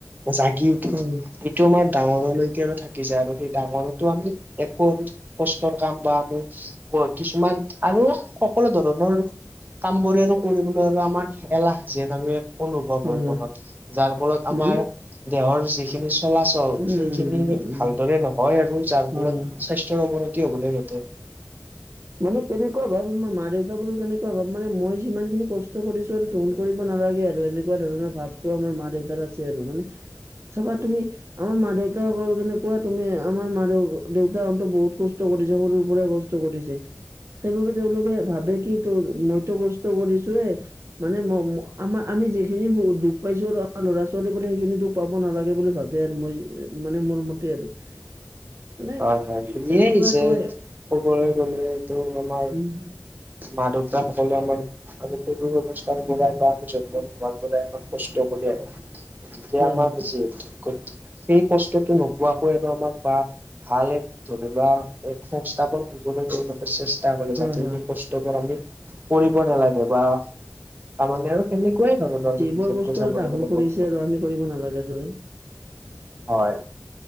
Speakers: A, on the right (about 35°); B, on the right (about 55°).
A: জাগি
B: উম
A: এইটো আমাৰ ডাঙৰলৈকে আৰু থাকি যায় আৰু সেই ডাঙৰো আমি একো আৰু কষ্টৰ কাম বা আমি কিছুমান আৰু সকলো ধৰণৰ কাম কৰি আৰু কৰিবলৈ আৰু আমাৰ এলাহ যেন আৰু ইয়াত অনুভৱ
B: উম
A: হয় মনত যাৰ ফলত আমাৰ
B: মানে
A: দেহৰ যিখিনি চলাচল লগ
B: হয়
A: সেইখিনি
B: হয় হয় মানে উম
A: ভালদৰে নহয় আৰু যাৰ
B: হয়
A: ফলত
B: হয়
A: স্বাস্থ্যৰ অৱনতি হবলৈ ঘটে
B: মানে কেনেকুৱা ভাব আমাৰ মা দেউতা বোৰো কেনেকুৱা ভাব মানে মই যিমান খিনি কষ্ট কৰিছো আৰু ত কৰিব নালাগে আৰু এনেকুৱা ধৰণৰ ভাৱটো আমাৰ মা দেউতাৰ আছে আৰু মানে চাবা তুমি আমাৰ মা দেউতাসকলৰ কেনে কোৱা তুমি আমাৰ মা দেউতা দেউতাহতে বহুত কষ্ট কৰিছে সৰুৰ পৰাই ক কৰিছে সেইবাবে তেওঁলোকে ভাবে কি তোৰ মইতো কষ্ট কৰিছোয়ে মানে ম আমাৰ আমি যিখিনি দুখ পাইছো ল'ৰা ছোৱালীৰ পৰা সেইখিনি দুখ পাব নালাগে বুলি ভাবে আৰু মই মানে মোৰ মতে আৰু মানে
A: হয় হয় খিনিয়ে
B: এনেকুৱা
A: আহিছে
B: তই
A: ক'বলৈ গ'লে তো আমাৰ
B: উম
A: মা দেউতাসকলে আমাক আমি সেইটো ব্যৱস্থাৰ বাই বা আমি জেগা নোহাক বাই আমাক কষ্ট কৰি আহো যেতিয়া
B: হয়
A: আমাক
B: হয়
A: যি সেই কষ্টটো নোপোৱাকৈ আৰু আমাক বা ভাল এক ধৰি লোৱা এক সংস্থাপন দিবলৈ তেওঁলোকে চেষ্টা কৰি
B: হয়
A: যাতে
B: হয়
A: সেই ক আমি কৰিব নালাগে বা তাৰমানে আৰু সেনেকুৱাই ধৰণৰ
B: যিবোৰ
A: বিশষকৈ
B: কষ্ট
A: চাবলৈ
B: দাহন
A: গ'লে
B: কৰিছে
A: বৰ্তমান
B: আৰু আমি কৰিব নালাগে যদি
A: হয়